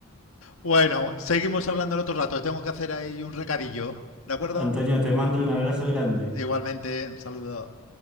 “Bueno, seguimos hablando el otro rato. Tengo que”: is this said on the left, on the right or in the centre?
Left